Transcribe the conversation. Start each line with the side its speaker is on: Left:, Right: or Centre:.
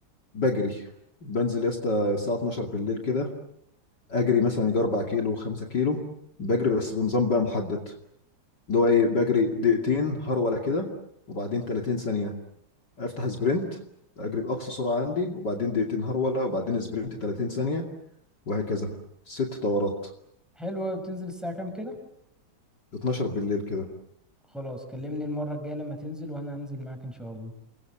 Left: بجري بنزل يا اسطى الساعه 12 بالليل كده اجري مثلا يجي 4 كيلو 5 كيلو بجري بس بنظام بقى محدد اللي هو ايه بجري دقيقتين هرولة كده وبعدين 30 ثانية افتح سبرنت اجري باقصى سرعة عندي وبعدين دقيقتين هرولة وبعدين سبرنت 30 ثانية وهكذا ست دورات
Centre: حلوة بتنزل الساعة كام كده؟
Left: 12 بالليل كده
Centre: خلاص كلمني المرة الجاية لما تنزل وانا هنزل معاك ان شاء الله